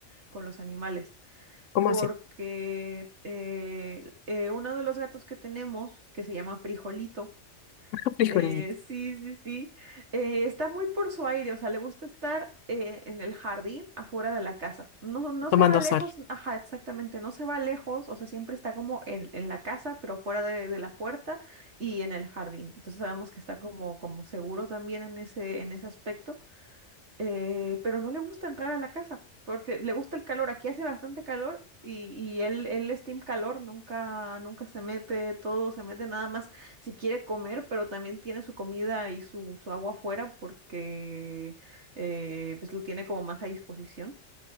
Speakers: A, on the right; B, on the left.
A: con los animales.
B: ¿Cómo
A: Porque
B: así?
A: eh, eh, uno de los gatos que tenemos, que se llama Frijolito,
B: <laughs> Frijolito,
A: Eh, sí, sí, sí. Eh, está muy por su aire, o sea, le gusta estar eh, en el jardín afuera de la casa. No, no se
B: tomando
A: va lejos,
B: sol.
A: ajá, exactamente, no se va lejos, o sea, siempre está como en, en la casa, pero fuera de, de la puerta y en el jardín. Entonces sabemos que está como, como seguro también en ese, en ese aspecto eh, pero no le gusta entrar a la casa porque le gusta el calor. Aquí hace bastante calor y, y él, él es team calor, nunca, nunca se mete todo, se mete nada más si quiere comer, pero también tiene su comida y su, su agua afuera porque eh, pues lo tiene como más a disposición.